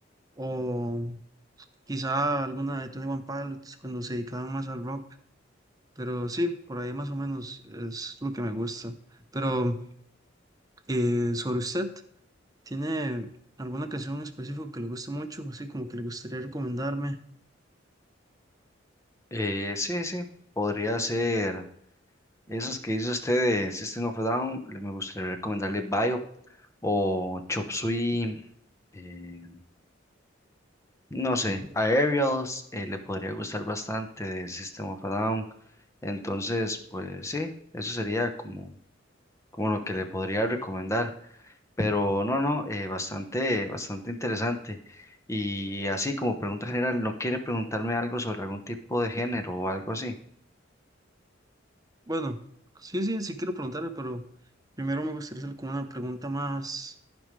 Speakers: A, on the right; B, on the left.
A: o Quizá alguna de Tony One Pilots cuando se dedicaban más al rock, pero sí, por ahí más o menos es lo que me gusta. Pero eh, sobre usted, ¿tiene alguna canción en específico que le guste mucho? Así como que le gustaría recomendarme.
B: Eh, sí, sí, podría ser esas que dice usted de System of a Down, le- me gustaría recomendarle Biop o Chop Suey, eh, no sé, Aerials, eh, le podría gustar bastante de System of a Down, entonces, pues sí, eso sería como, como lo que le podría recomendar. Pero no, no, eh, bastante, bastante interesante. Y así como pregunta general, ¿no quiere preguntarme algo sobre algún tipo de género o algo así?
A: Bueno, sí, sí, sí quiero preguntarle, pero primero me gustaría hacer como una pregunta más